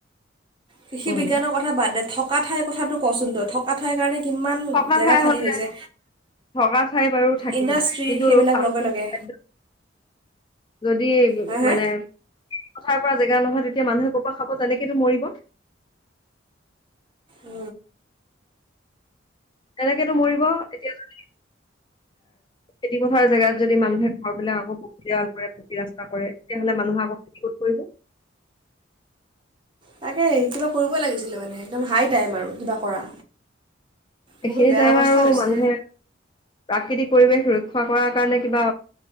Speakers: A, on the right (about 25°); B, on the left (about 25°).
A: কৃষি
B: উম
A: বিজ্ঞানৰ কথা বাদ দে, থকা ঠাইৰ কথাটো পচন্দ থকা ঠাই কাৰণে কিমান
B: থকা,
A: জেগা
B: ঠাই
A: খালী
B: হলে
A: হৈছে
B: থকা ঠাই বাৰু থাকিব।
A: ইণ্ডাষ্ট্ৰী
B: কিন্তু
A: সেইবিলাক
B: খাদ্য
A: লগে লগে
B: যদি
A: হা হা
B: মানে? পথাৰ পৰা জেগা নহয়, তেতিয়া মানুহে ক'ৰ পৰা খাব তেনেকেতো মৰিব।
A: অ।
B: তেনেকেতো মৰিব এতিয়া যদি। এ, খেতি পথাৰ জেগাত যদি মানুহে ঘৰবিলাক আকৌ পকী দেৱাল কৰে, পকী ৰাস্তা কৰে, তেতিয়াহলে মানুহে আকৌ খেতি ক'ত কৰিব।
A: তাকে কিবা কৰিবই লাগিছিলে মানে, একদম হাই টাইম আৰু কিবা কৰা।
B: এইখিনি
A: বহুত বেয়া
B: টাইম
A: অৱস্থা
B: আৰু
A: হৈছে
B: মানুহে প্ৰাকৃতিক পৰিৱেশ ৰক্ষা কৰাৰ কাৰণে কিবা